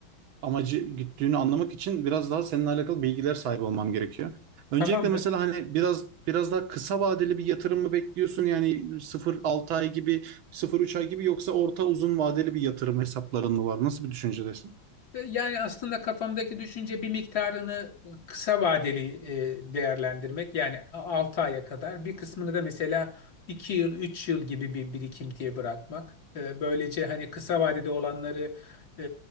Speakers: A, on the right; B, on the left.
A: amacı güttüğünü anlamak için biraz daha seninle alakalı bilgiler sahibi olmam gerekiyor. Öncelikle
B: Tamamdır.
A: mesela hani biraz biraz daha kısa vadeli bir yatırım mı bekliyorsun? Yani sıfır 6 ay gibi, sıfır üç ay gibi yoksa orta uzun vadeli bir yatırım hesapların mı var? Nasıl bir düşüncedesin?
B: E, Yani aslında kafamdaki düşünce bir miktarını kısa vadeli e, değerlendirmek. Yani 6 aya kadar bir kısmını da mesela 2 yıl, 3 yıl gibi bir birikintiye bırakmak. E, Böylece hani kısa vadede olanları e,